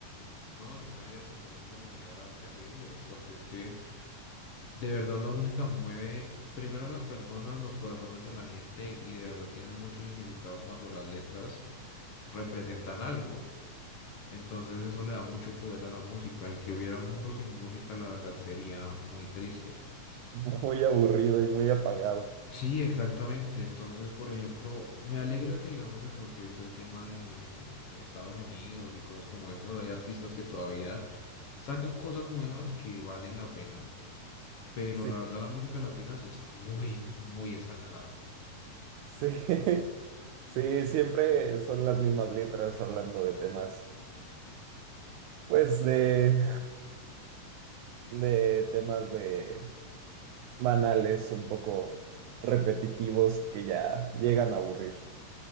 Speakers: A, on the left; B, on the right.
A: No, es que una vida sin música sería terrible, porque es que de verdad la música mueve primero a las personas, los corazones de la gente y de verdad tienen mucho significado cuando las letras representan algo. Entonces eso le da mucho poder a la música y que hubiera un mundo sin música, la verdad sería muy triste.
B: muy aburrido y muy apagado.
A: Sí, exactamente. Entonces, por ejemplo, me alegra que digamos en lo que es el tema de Estados Unidos y cosas como estas, hay artistas que todavía sacan cosas nuevas que valen la pena, pero
B: Sí,
A: la verdad la música latina sí está muy, muy estancada.
B: sí, <laughs> sí, siempre son las mismas letras hablando de temas, pues, de, de temas de banales, un poco repetitivos que ya llegan a aburrir.